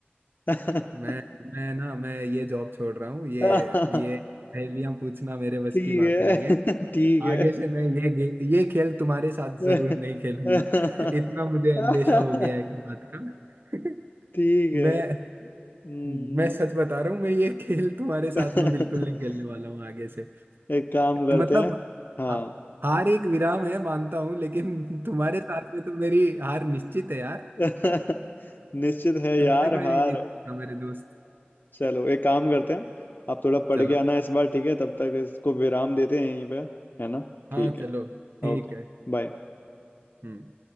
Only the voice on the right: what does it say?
मैं मैं ना मैं ये जॉब छोड़ रहा हूँ ये
ये
पहेलियां पूछना मेरे बस
की बात नहीं है
आगे से मैं ये गे- ये खेल तुम्हारे साथ
जरूर नहीं खेलूंगा <laughs> इतना मुझे अंदेशा हो गया है इस बात का <laughs>
मैं
मैं सच बता रहा हूँ मैं ये खेल तुम्हारे साथ
में बिल्कुल नहीं खेलने वाला हूँ आगे से
मतलब
हा- हार एक विराम है मानता हूं लेकिन तुम्हारे साथ में तो मेरी हार निश्चित है यार
तुमसे
कोई
नहीं जीत सका मेरे दोस्त
चलो
हाँ
चलो ठीक
है
हम्म